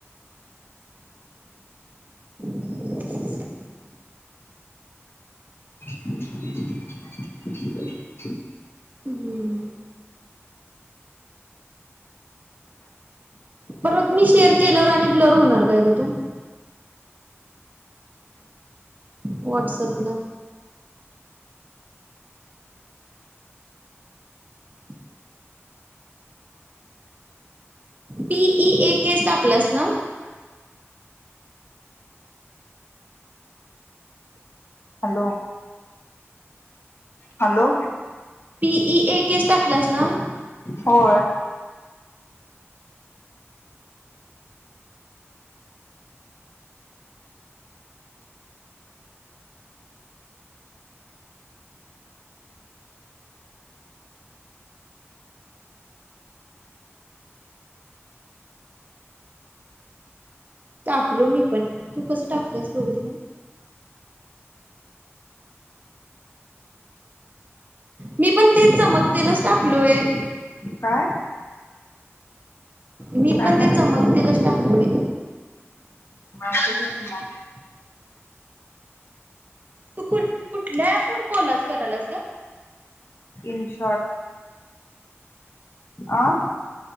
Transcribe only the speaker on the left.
अ् च.
हॅलो हॅलो
होय
काय?
काय
माहिती
म <unintelligible>
इनशॉर्ट आं